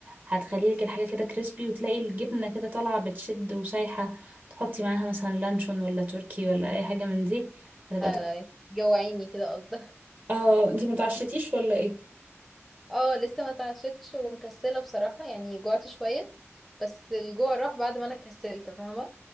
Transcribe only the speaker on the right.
هتخلي لك الحاجة كده كريسبي وتلاقي الجبنة كده طالعة بتشد وسايحة تحطي معاها مثلا لانشون ولا تركي ولا أي حاجة من دي هتبقى
تحفة.
اه انتي متعشتيش ولا ايه